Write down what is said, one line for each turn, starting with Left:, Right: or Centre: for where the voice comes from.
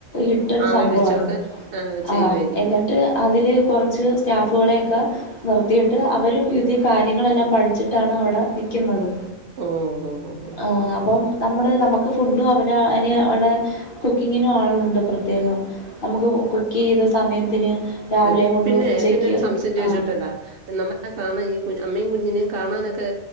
Left: ഇട്ടൊരു
Right: ആളെ
Left: സംഭവവാണ്
Right: വെച്ചുമൊക്കെ ചെയ്യുമായിരിക്കും
Left: ആഹ് എന്നി ട്ട് അതില് കുറച്ച് സ്റ്റാഫുകളെയൊക്കെ. നിർത്തിയിട്ട് അവര് ഇത് കാര്യങ്ങളെല്ലാം പഠിച്ചിട്ടാണ് അവിടെ നിക്കുന്നത്.
Right: ഓഹ് ഓഹ് ഓഹ് ഓഹ്
Left: ആഹ് അപ്പം നമ്മള് നമുക്ക് ഫുഡും അവിടെ അയിന് അവിടെ കുക്കിംഗിനും ആളുണ്ട് പ്രത്യേകം. നമുക്ക് കുക്ക് ചെയിത സമയത്തിന് രാവിലെ
Right: ത്തിൽ
Left: കൊണ്ട്
Right: പിന്നെ
Left: ഉച്ചക്ക്
Right: പിന്നെ ഒരു സംശയം ചോദിച്ചോട്ടെടാ
Left: ആ
Right: നമ്മള്. ആഹ് സാനം ഈ കു അമ്മയും കുഞ്ഞിനെയും കാണാനൊക്കെ